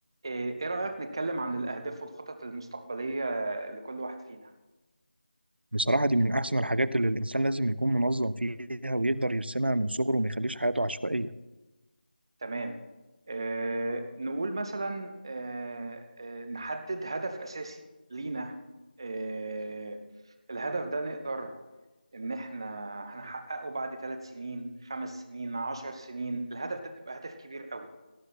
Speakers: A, on the right; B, on the right.
A: إيه إيه رأيك نتكلم عن الأهداف والخطط المستقبلية لكل واحد فينا؟
B: بصراحة دي من أحسن الحاجات اللي الإنسان لازم يكون منظم فيها ويقدر يرسمها من صغره وما يخليش حياته عشوائية
A: تمام. إيه نقول مثلا إيه إيه نحدد هدف أساسي لينا. إيه الهدف ده نقدر إن إحنا هنحققه بعد ثلاث سنين، خمس سنين، عشر سنين. الهدف ده بيبقى هدف كبير قوي.